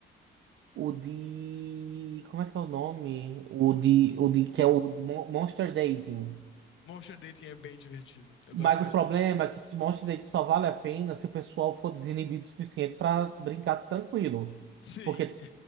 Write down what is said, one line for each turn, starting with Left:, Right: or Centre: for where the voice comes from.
Right: O de. Como é que é o nome? O de. O de que é o de Mon- Monster Dating.
Left: Monster Dating é bem divertido. Eu
Right: Mas
Left: gosto bastante.
Right: o problema é que esse Monster Dating só vale a pena se o pessoal for desinibido o suficiente pra brincar tranquilo.
Left: Sim.
Right: Porque,